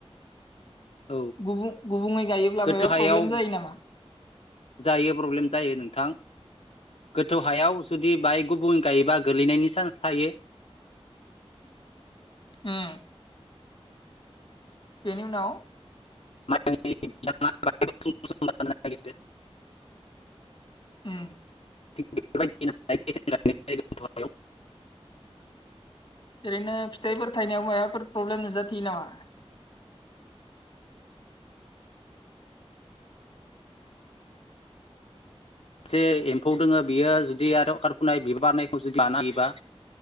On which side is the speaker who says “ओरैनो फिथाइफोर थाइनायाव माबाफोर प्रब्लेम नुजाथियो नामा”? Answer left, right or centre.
Left